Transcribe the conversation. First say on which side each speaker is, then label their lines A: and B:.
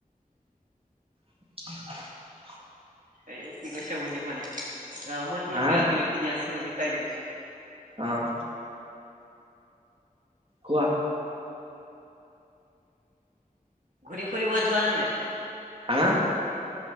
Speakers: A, on the right; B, on the right.
A: <inaudible>
B: এই কি কৈ বুজি পোৱা নাই, মই তোমাক
A: হা
B: কিবা কিবি সুধি আছো ৰিপ্লাই দিবা
A: অহ কোৱা।
B: ঘূৰি ফুৰিব যোৱা নে নাই?
A: হা